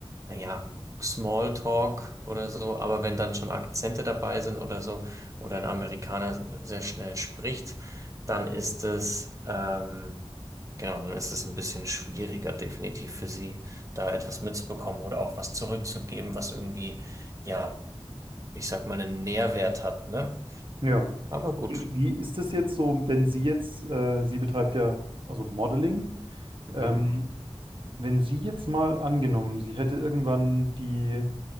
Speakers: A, on the right; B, on the right.
A: naja, Smalltalk oder so, aber wenn dann schon Akzente dabei sind oder so, oder ein Amerikaner sehr schnell spricht, dann ist es, ähm, genau, dann ist es ein bisschen schwieriger, definitiv für sie, da etwas mitzubekommen oder auch was zurückzugeben, was irgendwie, ja, ich sag mal, einen Nährwert hat, ne?
B: Ja.
A: Aber gut.
B: Und wie ist es jetzt so, wenn sie jetzt, äh, sie betreibt ja also Modeling,
A: Mhm.
B: ähm, wenn sie jetzt mal angenommen, sie hätte irgendwann die